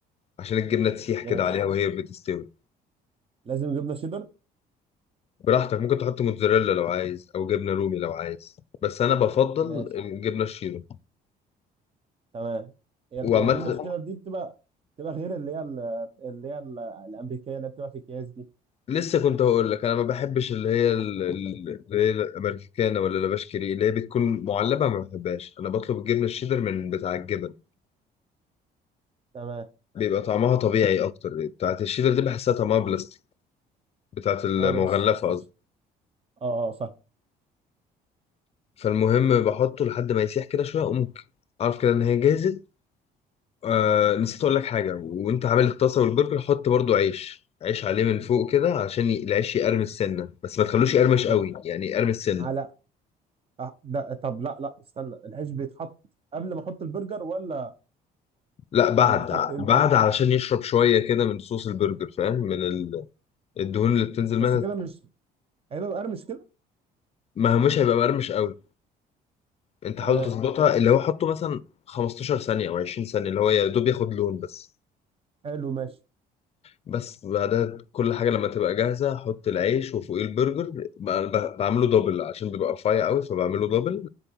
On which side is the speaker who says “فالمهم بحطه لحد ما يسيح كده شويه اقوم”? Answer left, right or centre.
Left